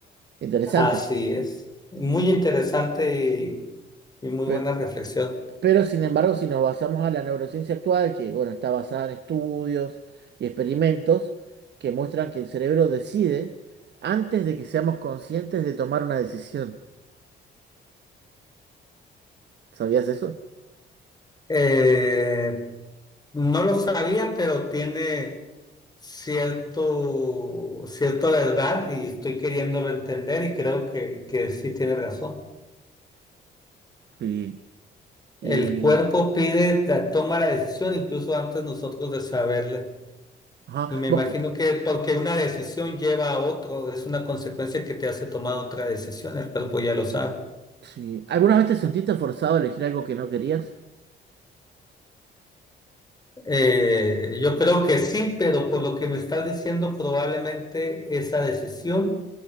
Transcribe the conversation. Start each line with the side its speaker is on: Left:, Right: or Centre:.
Right: Interesante.
Left: Así es. Muy interesante y, y muy
Right: Pe-
Left: buena reflexión.
Right: Pero sin embargo, si nos basamos a la neurociencia actual, que bueno, está basada en estudios y experimentos que muestran que el cerebro decide antes de que seamos conscientes de tomar una decisión. ¿Sabías eso?
Left: Eh, No lo sabía, pero tiene cierto, cierta verdad y estoy queriéndolo entender y creo que, que sí tiene razón.
Right: Sí.
Left: El
Right: Y
Left: cuerpo pide, la, toma la decisión incluso antes nosotros de saberla.
Right: ajá,
Left: Y me imagino
Right: vos que-
Left: que porque una decisión lleva a otro, es una consecuencia que te hace tomar otra decisión, el cuerpo ya lo sabe.
Right: sí. ¿Alguna vez te sentiste forzado a elegir algo que no querías?
Left: Eh, yo creo que sí, pero por lo que me estás diciendo, probablemente esa decisión,